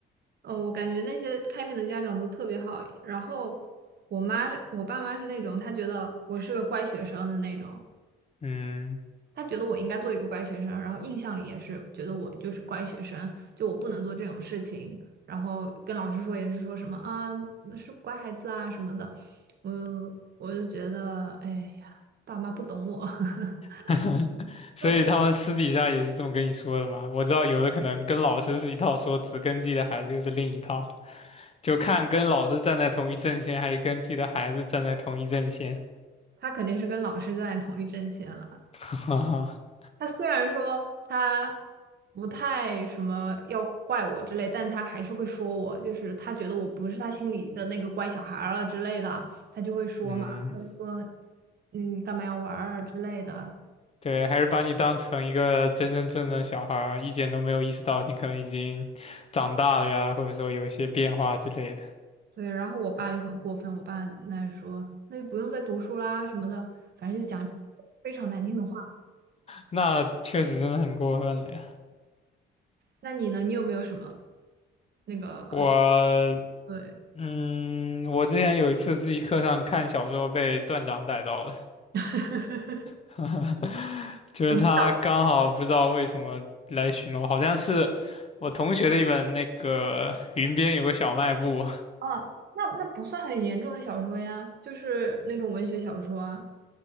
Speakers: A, on the right (about 55°); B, on the left (about 30°).
A: 哦，我感觉那些开明的家长都特别好。然后我妈是我爸妈是那种，他觉得我是个乖学生的那种，
B: 嗯，
A: 他觉得我应该做一个乖学生，然后印象里也是觉得我就是乖学生，就我不能做这种事情。然后跟老师说也是说什么啊，那是乖孩子啊什么的。我我就觉得，哎呀，爸妈不懂我。<laughs>
B: <laughs> 所以他们私底下也是这么跟你说的嘛，
A: 那
B: 我知道有的可能跟老师是一套说辞，跟自己的孩子又是另一套，就看跟老师站在同一阵线，还是跟自己的孩子站在同一阵线。
A: 他肯定是跟老师站在同一阵线了。
B: <laughs>
A: 他虽然说他不太什么要怪我之类，但他还是会说我，就是他觉得我不是他心里的那个乖小孩儿了之类的，他就会说嘛，
B: 嗯，
A: 他就说嗯你干嘛要玩儿啊之类的。
B: 对，还是把你当成一个真真正正的小孩儿，一点都没有意识到你可能已经长大了呀，或者说有一些变化之类的。
A: 对，然后我爸就很过分，我爸那说那就不用再读书啦什么的，反正就讲非常难听的话。
B: 那确实真的很过分了呀。
A: 那你呢？你有没有什么那个
B: 我，
A: 对
B: 嗯，我之前有一次自习课上看小说被段长逮到了。
A: <laughs>
B: <laughs> 就是他刚好不知道为什么来巡逻，
A: 什么小
B: 好像是我同学的一本那个《云边有个小卖部》，
A: 啊？那那不算很严重的小说呀，就是那种文学小说啊。